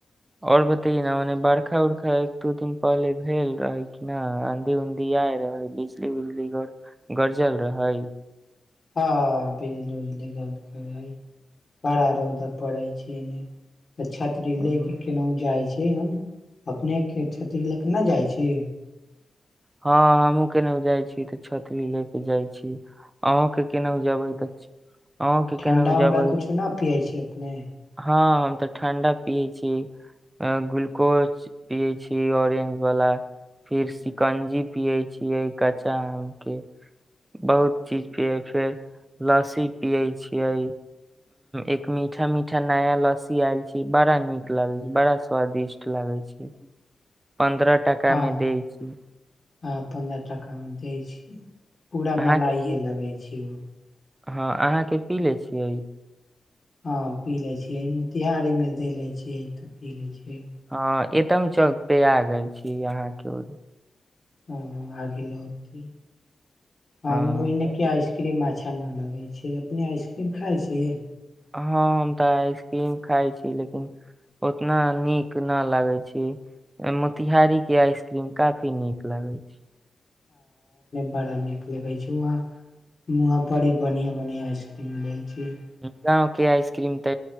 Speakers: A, on the right; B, on the left.
A: आओर बतै न मने बरखा उरखा एक दू दिन पहिले भेल रहे कि न आंधी उऊंधी आय रहे बिजली उजली गर गर्जल रहै
B: हँ भजल उजल ग कर भड़ा रौदा पड़ै छै तऽ छात्री
A: हँ
B: ले के केनाहु जाय छै के हम अपनेके क्षति लऽ क नहि जाइत छी
A: हँ हमहूँ केने जाइ छी तऽ छती ले के जाइ छी अहूं के केनाहु जेबै तऽ अहूँ के
B: ठण्डा
A: केनाहु जेबै
B: उऊण्डा कुछु न पियै छी अपने
A: हँ हम ते ठं्डा पिये छी ग्लूकोज पिये छी ऑरेंज वाला फिर स कंजी पिये छियै कच्चा आम के बहुत चीज पिय फेर लस्सी पियै छियै एक मीठा मीठा नया लस्सी आयल छी बड़ा नीक लागे छै बड़ा स्वादिष्ट लागे छै पन्द्रह टाकामे
B: हँ
A: द छी
B: हँ पन्द्रह टाकामे दै छी पूरा
A: अहाँके
B: मलाइए
A: की
B: लगै छियौ
A: हँ अहाँके पी ले छियै
B: हँ पी ले छियै मोतिहारी मे द ले छियै तऽ पी ले छीियै
A: हँ एतम चौक पे आ गेल छी अहाँके र
B: ह आग ल होत हम
A: हँ
B: ओ नकी आइसक्रीम अच्छा नहि लगै छै अपने आइसक्रीम खाइ छियै
A: हँ हम तऽ आइसक्रीम खाइत छी लेकिन उतना नीक नहि लगैत छै मोतिहारीके आइसक्रीम काफी नीक लगैत छै
B: बड़ा नीक लिखै छी वहाँ वाँ बड़ी बढ़िआँ बढ़िआँ आइसक्रीम मिलै ीक
A: गांव के आइसक्रीम त